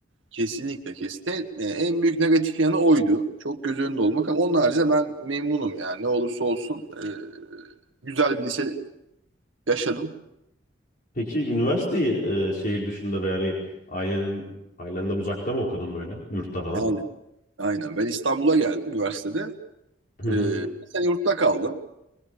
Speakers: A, on the right (about 80°); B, on the left (about 45°).
A: Kesinlikle kesin. E, En büyük negatif yanı oydu. Çok göz önünde olmak ama onun haricinde ben memnunum yani. Ne olursa olsun e, güzel bir lise yaşadım.
B: Peki üniversiteyi e, şehir dışında ve yani ailenin ailenden uzakta mı okudun böyle? Yurtta falan.
A: Aynen. Aynen. Ben İstanbul'a geldim üniversitede.
B: Hı
A: E,
B: hı.
A: bir sene yurtta kaldım.